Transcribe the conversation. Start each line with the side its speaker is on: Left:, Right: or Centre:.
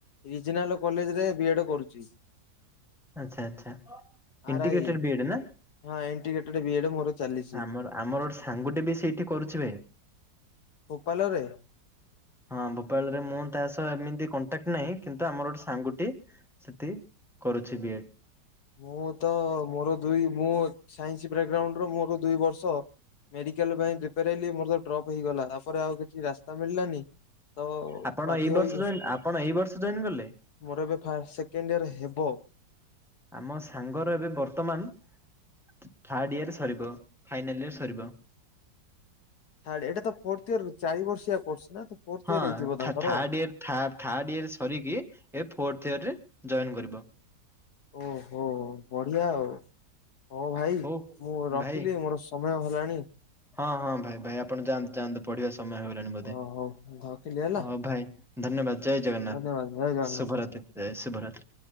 Left: ରିଜନାଣ୍ଡ କଲେଜରେ ବି ଏଡ୍ କରୁଛି।
Centre: ଆଚ୍ଛା ଆଚ୍ଛା
Left: R
Centre: integrated
Left: I
Centre: B Ed ନା?
Left: ହଁ ଇଣ୍ଟିଗେଟେଡଡ୍ ବି ଏଡ୍ ମୋର ଚାଲିଛି।
Centre: ଆମର ଆମର ସାଙ୍ଗଟେ ବି ସେଇଠି କରୁଛି ଭାଇ।
Left: ଉପାଲରେ?
Centre: ହଁ ଭୋପାଳରେ ମୁଁ ତା ସହ ଏମିତି କଣ୍ଟାକ୍ଟ ନାହିଁ କିନ୍ତୁ ଆମର ଗୋଟେ ସାଙ୍ଗଟେ - ସେଠି କରୁଛି ବି ଏ୍
Left: ମୁଁ ତ ମୋର ଦୁଇ ମୁଁ ସାଇନ୍ସ ବ୍ୟାଗଗ୍ରାଉଣ୍ଡ ର ମୋର ଦୁଇ ବର୍ଷ ମେଡିକାଲ ପାଇଁ ପ୍ରିପ୍ରେୟାର ହେଲି ମୋର ତ ଡ୍ରପ୍ ହେଇଗଲା, ତାପରେ ଆଉ କିଛି ରାସ୍ତା ମିଳିଲାନି। ତ
Centre: ଆପଣ
Left: ବାଧ୍ୟ
Centre: ଏଇ
Left: ହୋଇ
Centre: ବର୍ଷ ଜଏନ୍ ଆପଣ ଏଇ ବର୍ଷ ଜଏନ୍ କଲେ?
Left: ମୋର ଏବେ ଫାଷ୍ଟ ସେକେଣ୍ଡ ଇୟର ହେବ।
Centre: ଆମ ସାଙ୍ଗର ଏବେ ବର୍ତ୍ତମାନ ଥାର୍ଡ ଇୟର ସରିବ ଫାଇନାଲ ଇୟର ସରିବ।
Left: ଥାର୍ଡ ଏଟା ତ ଫୋର୍ଥ ଇୟର ଚାରି ବର୍ଷିଆ କୋର୍ସ ନା? ଫୋର୍ଥ
Centre: ହଁ
Left: ଇୟର ହେଇଥିବ ତାଙ୍କର
Centre: ଥା- ଥାର୍ଡ ଇୟର ଥାର୍ଡ ଇୟର ସରିକି ଏବେ ଫୋର୍ଥ ଇୟରରେ ଜଏନ୍ କରିବ।
Left: ଓହୋ ବଢିଆ ଆଉ। ହୋଉ ଭାଇ
Centre: ହଉ
Left: ମୁଁ ରଖିଲି
Centre: ଭାଇ
Left: ମୋର ସମୟ ହେଲାଣି
Centre: ହଁ ହଁ ଭାଇ ଭାଇ ଆପଣ ଯାଆନ୍ତୁ ଯାଆନ୍ତୁ ପଢିବା ସମୟ ହେଇଗଲାଣି ବୋଧେ,
Left: ହ ହଉ ରଖିଲି ହେଲା
Centre: ହଉ ଭାଇ। ଧନ୍ୟବାଦ ଜୟ ଜଗନ୍ନାଥ,
Left: ଧନ୍ୟବାଦ ଜୟ ଜଗନ୍ନାଥ।
Centre: ଶୁଭରାତ୍ରୀ ଜୟ ଶୁଭରାତ୍ରୀ।